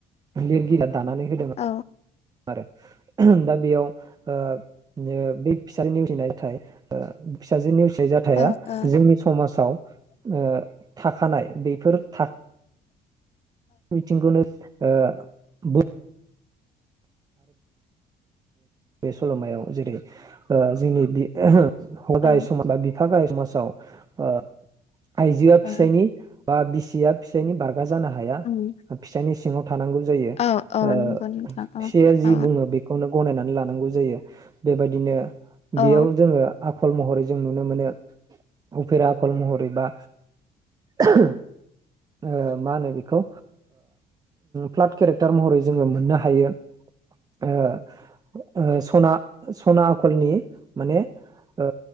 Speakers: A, on the right; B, on the left.
A: लिरगि दानानै होदोंमोन।
B: ओ
A: आरो ओम दा बेयाव ओ ओ बे फिसाज निउस हैनायथाय फिसाजो निउसि जाथाया
B: ओ औ
A: जोंनि समाजाव ओ थाखानाय बेफोर थाख बिथिंकौनो ओ बो बे सल'मायाव जेरै ओ जोंनि बे <unintelligible> फिफा
B: औ
A: गाहाय समासाव ओ आइजोआ
B: औ
A: फिसायनि बा बिसिया फिसायनि बार गा जानो हाया
B: उम
A: फिसानि सिङाव थानांगौ जायो
B: औ औ
A: ओ
B: नंगौ नोंथां औ
A: फिसाया जि
B: औ
A: बुङो बेखौनो गनायनानै ला नांगौ जायो बेबायदिनो
B: औ
A: बेयाव जोङो आखल महरै जों नुनो मोनो उफेरा आखल महरै बा ओ मा होनो बेखौ प्लाट केरेक्टार महरै जोङो मोननो हायो। ओ ओ सना सना आखलनि माने ओ